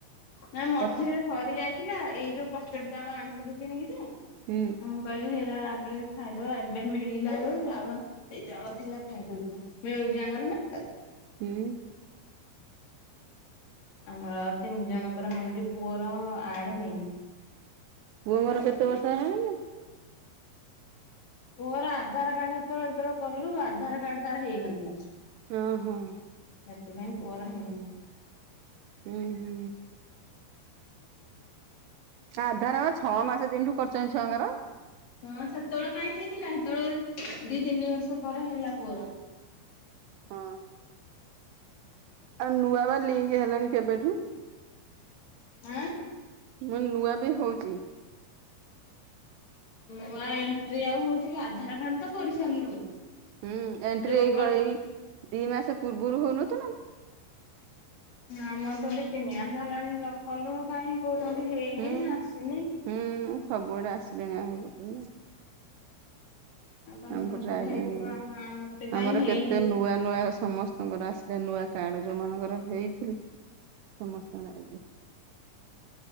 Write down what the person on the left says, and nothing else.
ନା ମଝିରେ
ସରି ଯାଇଥିଲା ଏଇ ଯୋଉ ପକେଟ ଚାଉଳ ଆଣିଥିଲୁ କିଣିକି ଯେ
କହିଲେ ଏରା ଆଗେ ଖାଇଦବା ଏବେ ମିଳିଲାରୁ ଆଉଳ ସେଇ ଜଳ ଥିଲା ଖାଇଦଉଛି ମିଳୁଛି ଆମର ନା।
ଆମର ତିନି ଜଣଙ୍କର ମିଳୁଛି ପୁଅର ଆଡେ ହେଇନି।
ପୁଅର ଆଧାର୍ କାର୍ଡ ହେତେବେଳେ ହେତେବେଳେ କଲୁ ଆଧାର୍ କାର୍ଡ ତାର ହେଇନଥିଲା।
ସେଥିପାଇଁ ପୁଅର ହେଇନି।
ହଁ ସେତେବେଳେ କାଇଁ ହେଇଥିଲା ସେତେବେଳେ ଦି ତିନି ବର୍ଷ ପରେ ହେଲା ପୁଅର।
ଆଁ।
ନୂଆ ଏଣ୍ଟ୍ରି ଆଉ ହୋଉଚି କି ଆଧାର କାର୍ଡ ତ କରିସାରିଲୁଣୁ।
ଯୋଉ
ବ
ଆମର ତ ଟ ତିନି ମାସ ହେଲାଣି କଲୁଣୁ କାଇଁ କହୁଚନ୍ତି ହେଇନି
ଆସିନି।
ଆଉ ତମର
ସେପଟେ
ହେଇଥିବ
ଆମ ଆମ ପଟେ କାହିଁ
ହେଇନି